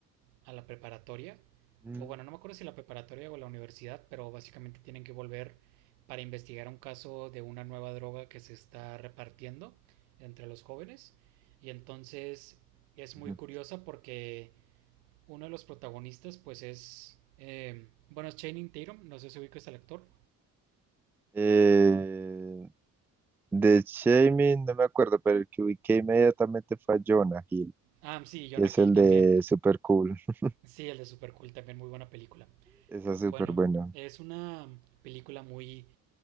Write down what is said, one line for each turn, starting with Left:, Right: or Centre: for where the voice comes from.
Right: a la preparatoria,
Centre: Mm,
Right: o bueno, no me acuerdo si la preparatoria o la universidad, pero básicamente tienen que volver para investigar un caso de una nueva droga que se está repartiendo entre los jóvenes. Y entonces es
Centre: ujú.
Right: muy curiosa porque uno de los protagonistas pues es... eh, bueno, es Channing Tatum, no sé si ubicas al actor.
Centre: Eh, de Shaming, no me acuerdo, pero el que ubiqué inmediatamente fue a Jonah Hill,
Right: Ah, sí, Jonah
Centre: que es
Right: Hill
Centre: el
Right: también.
Centre: de Super Cool. <laughs>
Right: Sí, el de Super Cool también, muy buena película.
Centre: Esa es súper
Right: Bueno,
Centre: buena.
Right: es una película muy...